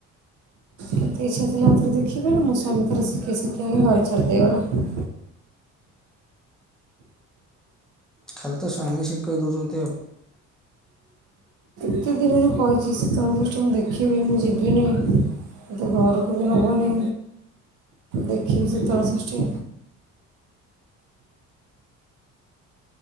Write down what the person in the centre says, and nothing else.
ଖାଲି ତ ସ୍ୱାମୀ ଶିଖେଇଦୋଉଛନ୍ତି ଆଉ।